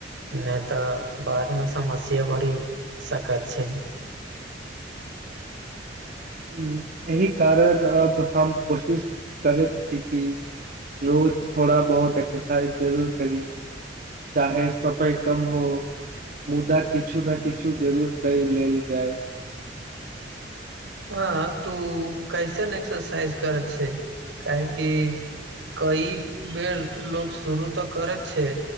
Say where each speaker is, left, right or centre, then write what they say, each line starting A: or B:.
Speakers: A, on the right (about 80°); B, on the right (about 50°).
A: नहि तऽ बाद मे समस्या बढ़ि सकत छै
B: हू एहि कारण अब हम कोशिश करैत छी कि रोज थोड़ा बहुत एक्सर साइज जरूर करी चाहे समय कम हो। मुदा किछु नै किछु जरूर कोई लेलऽ जाय
A: ह तू कैसन एक्सरसाइज करैत छै काहे कि कई बेर लोक शुरू तऽ करत छै।